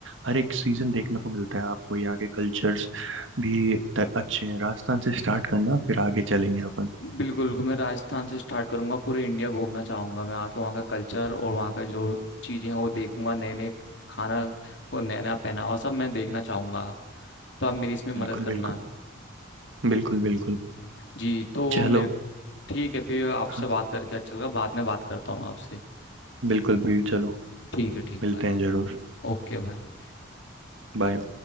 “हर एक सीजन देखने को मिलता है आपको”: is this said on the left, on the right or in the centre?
Right